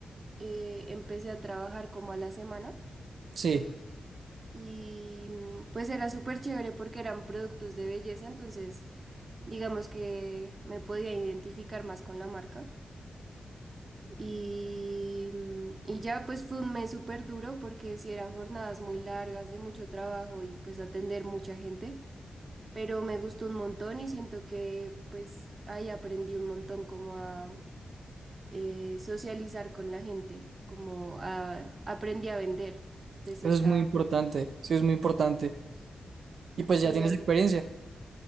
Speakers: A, on the right (about 35°); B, on the right (about 70°).
A: eh, empecé a trabajar como a la semana
B: Sí,
A: y mm, pues era súper chévere porque eran productos de belleza, entonces digamos que me podía identificar más con la marca. Y, mm, y ya pues fue un mes súper duro porque sí eran jornadas muy largas de mucho trabajo y pues atender mucha gente, pero me gustó un montón y siento que pues ahí aprendí un montón como a eh, socializar con la gente, como a aprendí a vender de cierta
B: eso es muy importante,
A: forma.
B: sí es muy importante. Y pues
A: Sí,
B: ya tienes
A: Dani,
B: experiencia.